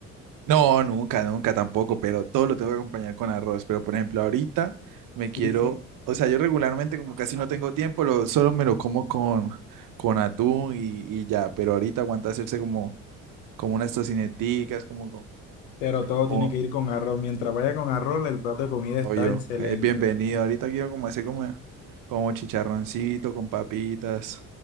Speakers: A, on the right; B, on the left.
A: No, nunca, nunca tampoco, pero todo lo tengo que acompañar con arroz. Pero por ejemplo, ahorita me quiero,
B: Sí, sí.
A: o sea, yo regularmente como casi no tengo tiempo, lo, solo me lo como con, con atún y, y ya, pero ahorita aguanta hacerse como, como unas tocineticas, como, con-
B: Pero todo
A: como,
B: tiene que ir con arroz. Mientras vaya con arroz, el plato de comida
A: pollo.
B: está excelente.
A: Es bienvenido. Ahorita quiero como hacer como, como chicharroncito con papitas,